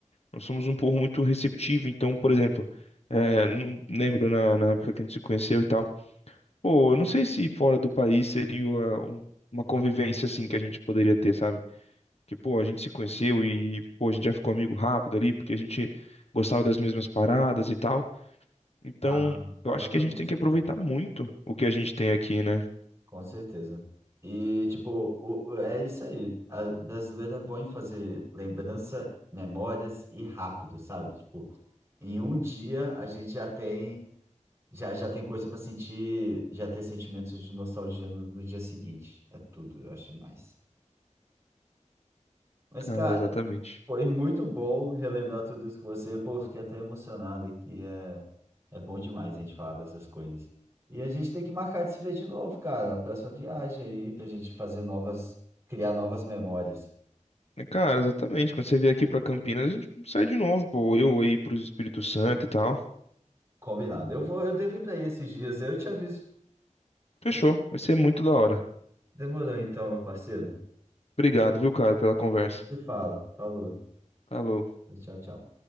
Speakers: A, on the left; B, on the right.
A: Nós somos um povo muito receptivo, então, por exemplo, é, não lembro na, na época que a gente se conheceu e tal, pô, eu não sei se fora do país seria uma, um- uma convivência, assim, que a gente poderia ter, sabe? Que, pô, a gente se conheceu e, pô, a gente já ficou amigo rápido ali, porque a gente gostava das mesmas paradas e tal. Então,
B: Ah, provavelmente
A: eu acho que a gente tem que aproveitar
B: não.
A: muito o que a gente tem aqui, né?
B: Com certeza. E, tipo, o, o- é isso aí. A brasileira é bom em fazer lembrança, memórias e rápido, sabe? Tipo, em um dia a gente já tem, já, já tem coisa para sentir, já ter sentimentos de nostalgia no, no dia seguinte. É tudo, eu acho demais. Mas,
A: Cara,
B: cara,
A: exatamente.
B: foi muito bom relembrar tudo isso com você. Pô, fiquei até emocionado aqui. É, é bom demais a gente falar dessas coisas. E a gente tem que marcar de se ver de novo, cara. A próxima viagem aí, pra gente fazer novas, criar novas memórias.
A: E, Cara, exatamente. Quando você vier aqui pra Campinas, a gente sai de novo, pô. Eu aí pro Espírito Santo e tal.
B: Combinado. Eu vou, eu devo ir pra aí esses dias. Eu te aviso.
A: Fechou. Vai ser muito da hora.
B: Demorou então, meu parceiro.
A: Obrigado, viu, cara, pela conversa.
B: A gente se fala. Falou.
A: Falou.
B: Tchau, tchau.